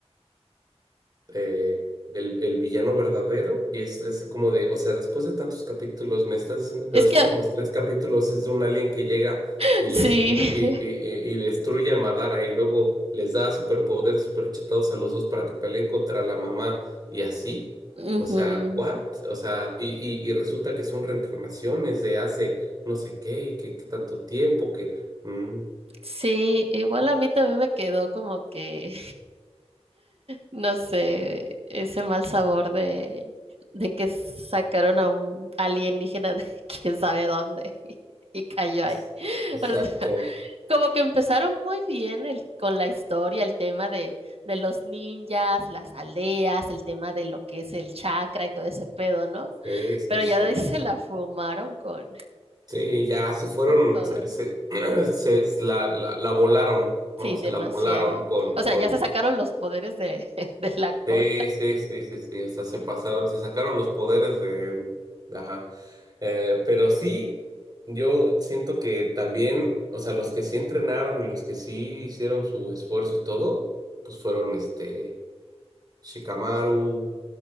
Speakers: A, on the right (about 40°); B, on the right (about 65°).
A: eh, el, el villano verdadero y es, es como de, o sea, después de tantos capítulos, me estás diciendo que
B: Es
A: los
B: que
A: últimos tres capítulos es de un alien que llega
B: <laughs>
A: y
B: sí,
A: les y, y, y- y- y destruye a Madara y luego les da superpoderes superchetados a los dos para que peleen contra la mamá y así.
B: <laughs>
A: O
B: ujú,
A: sea, what? O sea, y, y, y resulta que son reencarnaciones de hace no sé qué, que, que tanto tiempo que... mm,
B: Sí, igual a mí también me quedó como que No sé, ese mal sabor de, de que sacaron a un alienígena de <laughs> quién sabe dónde <laughs> y cayó
A: es-
B: ahí. <laughs>
A: exacto.
B: O sea, como que empezaron muy bien el, con la historia, el tema de, de los ninjas, las aldeas, el tema de lo que es el chakra y todo ese pedo, ¿no?
A: Sí, sí,
B: Pero
A: sí.
B: ya de ahí <laughs> se la fumaron con,
A: Sí, ya se fueron,
B: con todo.
A: se, se, <clears throat> se- se la, la, la volaron, ¿no?
B: Sí,
A: Se
B: demasiado.
A: la volaron con,
B: O
A: con,
B: sea, ya se sacaron los poderes de, <laughs> de la cola.
A: sí, sí, sí, sí, sí, hasta se pasaron, se sacaron los poderes de, ajá. Eh, pero sí, yo siento que también, o sea, los que sí entrenaron y los que sí hicieron su esfuerzo y todo, pues fueron este, Shikamaru,